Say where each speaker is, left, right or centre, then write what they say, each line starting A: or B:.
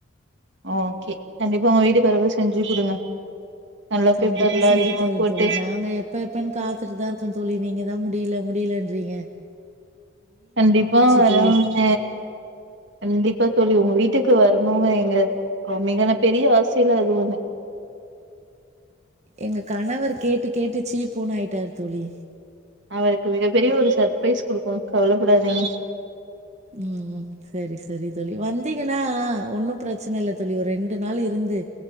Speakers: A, on the right (about 65°); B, on the right (about 35°).
A: ஓகே கண்டிப்பா உங்க வீட்டுக்கு வரும் போது செஞ்சு குடுங்க நல்லா
B: கண்டிப்பா
A: பெப்பர்லா
B: செஞ்சு
A: அதிகமா
B: தரோம்
A: போட்டு
B: தோழி. நாங்க எப்ப எப்பனு காத்துட்டுதா இருக்கோ தோழி நீங்க தா முடில முடிலன்றீங்க
A: கண்டிப்பா வரோங்க
B: தோழி.
A: கண்டிப்பா தோழி உங்க வீட்டுக்கு வரணுங்க எங்க அ மிகனப்பெரிய ஆசையில அது ஒண்ணு
B: எங்க கணவர் கேட்டு கேட்டு சீ போனு ஆயிட்டார் தோழி
A: அவருக்கு மிகப் பெரிய ஒரு சர்ப்ரைஸ் குடுப்போ கவலப்படாதீங்க
B: ம் ம் செரி செரி தோழி வந்தீங்கனா ஒன்னும் ப்ரெச்சன இல்ல தோழி ஒரு ரெண்டு நாள் இருந்து